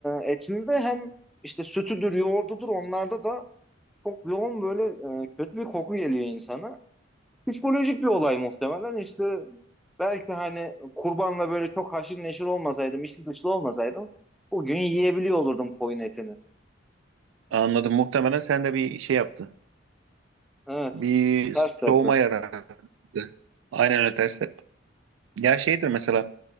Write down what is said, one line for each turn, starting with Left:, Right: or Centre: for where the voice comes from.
Centre: e, etinde hem işte sütüdür, yoğurdudur onlarda da çok yoğun böyle e, kötü bir koku geliyor insana. Psikolojik bir olay muhtemelen İşte belki hani kurbanla böyle çok haşır neşir olmasaydım, içli dışlı olmasaydım bugün yiyebiliyor olurdum koyun etini.
Right: Anladım. Muhtemelen sen de bir şey yaptı.
Centre: Evet,
Right: Bir
Centre: ters tepe.
Right: soğuma yarattı. Aynen öyle ters Ya şeydir mesela